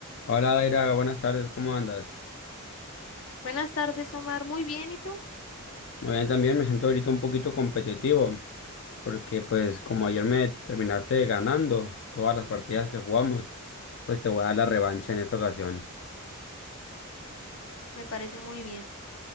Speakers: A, on the left; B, on the left.
A: Hola Daira, buenas tardes, ¿cómo andas?
B: Buenas tardes, Omar. Muy bien, ¿y tú?
A: Muy bien, también me siento ahorita un poquito competitivo, porque pues como ayer me terminaste ganando todas las partidas que jugamos, pues te voy a dar la revancha en esta ocasión.
B: Me parece muy bien.